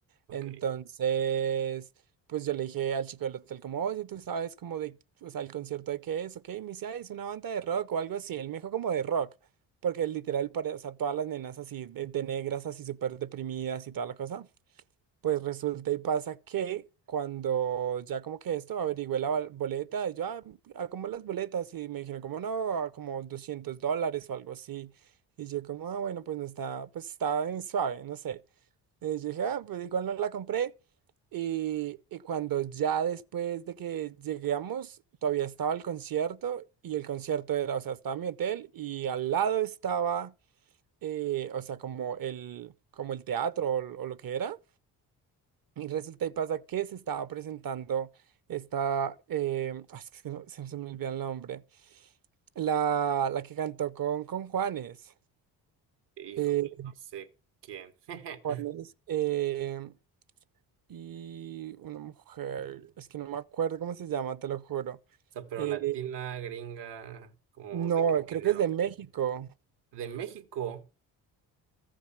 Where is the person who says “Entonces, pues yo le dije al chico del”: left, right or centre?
Right